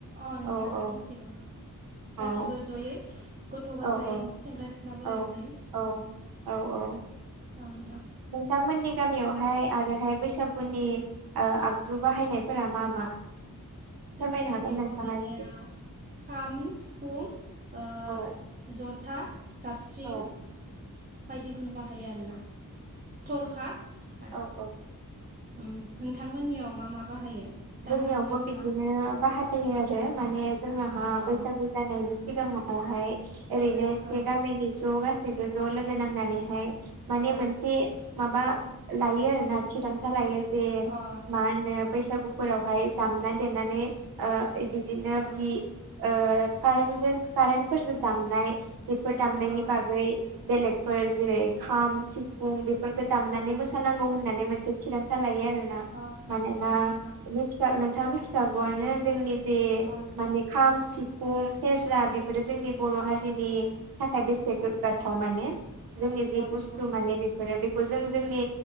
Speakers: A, on the right; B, on the right.
A: अ नोंथां
B: औ औ
A: मिथिगौ
B: औ
A: गासिबो जयै गथ' गथाय
B: औ औ
A: सेंग्रा सिख्ला बोराय
B: औ
A: बुरै
B: औ औ औ
A: ओ नोंथां।
B: नोंथांमोननि गामियावहाय आरोहाय बैसागुनि ओ आगजु बाहायनायफोरा मा मा? <inaudible>
A: जोंनि
B: फोरमायनो
A: गामियाव
B: हागोन नोंथाङा
A: बाहायनाया
B: एसे
A: खाम सिफुं ओ
B: औ
A: ज'था जाबस्रिं
B: औ
A: बायदिखौनो बाहायो आरोना थरखा आरो।
B: औ औ
A: उम नोंथांमोननियाव मा मा बाहायो? खिथानो
B: जोंनियावबो
A: हागोन ना नोंथाङा
B: बिदिनो बाहायो आरो माने जोंनाहा
A: अ
B: बैसागु जानायनि सिगांङावहाय ओरैनो एसे
A: अ
B: गामिनि ज' गासैबो ज' लोगो नांनानैहाय माने
A: अ
B: मोनसे माबा लायो आरोना थिरां था लायो जे
A: अ
B: मा होनो बैसागुफोरावहाय दामना देनानै ओ ओइ बिदिनो
A: अ
B: बि
A: नोंथां
B: ओ कारेन्टजो कारेन्टफोरजो दामनाय फोर दामनायनि
A: अ
B: बागै बेलेगफोर जेरै खाम सिफुं बेफोरखौ दामनानै मोसानांगौ होननानै मोनसे थिरांथा लायो आरो ना
A: अ
B: मानोना
A: अ नोंथां
B: थिखा नोंथाङा मिथिखागौआनो जोंनि बे
A: अ नोंथां
B: माने खाम सि फुं सेरजा बेफोरो जोंनि बर' हारिनि थाखाय बेसे
A: अ
B: गोगाथाव माने जोंनि जि
A: अ
B: बुस्थु
A: नोंथां
B: माने बे फोरो बेखौ जों जोंनि